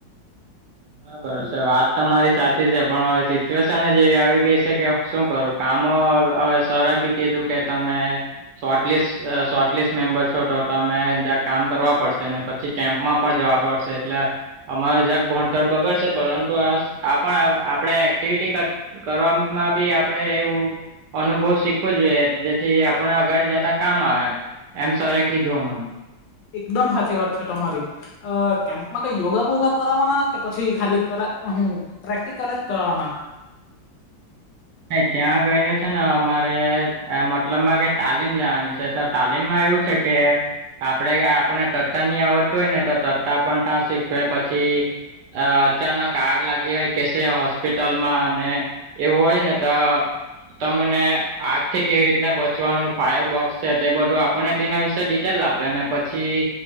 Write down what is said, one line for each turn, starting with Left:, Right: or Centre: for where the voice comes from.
Right: ના બરો વાત તો મારી સાચી છે પણ હવે સિચ્યુએશન જેવી આવી ગઈ છે કે શું કરું. કામો સર બી કીધું કે તમે. સોટ લિસ્ટ સોર્ટ લિસ્ટ મેમ્બર છો તો તમે જ્યાં કામ કરવા પડશે ને પ છી કેમ્પમાં પણ જવા પડશે એટલે અમારે જગ ભ ણતર બગડશે પરંતુ આપણ આપણે એક્ટિવિટી ક કરવામાં બી આપડે એવું. અનુભવ શીખવો જોઈએ જેથી આપણે અગાડી જતા કામ આવે. એમ સરે કીધું અમને.
Left: એકદમ સાચી વાત છે તમારી. અ કેમ્પમાં કઈ યોગા બોગા કરાવવાના કે પછી ખાલી કર હું. પ્રેક્ટિકલ જ કરાવવાના.
Right: ત્યાં ગઈને છે ને, અમારે મતલબ માં ક તાલીમ લેવાની છે તો. તાલીમમાં એવું છે કે. આપને તટતા આવડતું હોય ને, તો તટતા પણ ત્યાં શીખવે પછી. અ અચાનક આગ લાગી હોય, કેશે હોસ્પિટલ માં અને એવું હોય. તા. તમને આગ થી કેવી રીતના બચવાનું, ફાયરબોક્સ છે, તે બધું આપને તેના વિશેે ડિટેલ આપ. અને પછી